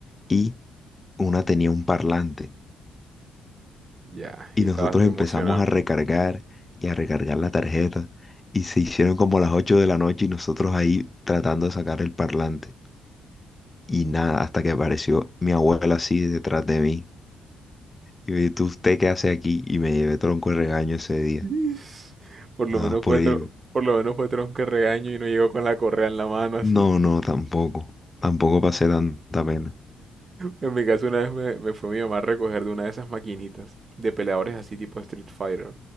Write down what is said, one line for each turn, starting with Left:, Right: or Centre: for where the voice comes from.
Left: y una tenía un parlante.
Right: Ya,
Left: Y
Right: y estabas
Left: nosotros
Right: tú
Left: empezamos
Right: emocionado.
Left: a recargar y a recargar la tarjeta. Y se hicieron como las 8 de la noche y nosotros ahí tratando de sacar el parlante. Y nada, hasta que apareció mi abuela así detrás de mí. Y me dijo, ¿tú ¿usted qué hace aquí? Y me llevé tronco de regaño ese día.
Right: <laughs> Por lo
Left: Nada
Right: menos
Left: más por
Right: fue
Left: ahí.
Right: tro- por lo menos fue tronco de regaño y no llegó con la correa en la mano así.
Left: No, no, tampoco. Tampoco pasé tanta pena.
Right: En mi caso una vez me, me fue mi mamá a recoger de una de esas maquinitas de peleadores así tipo Street Fighter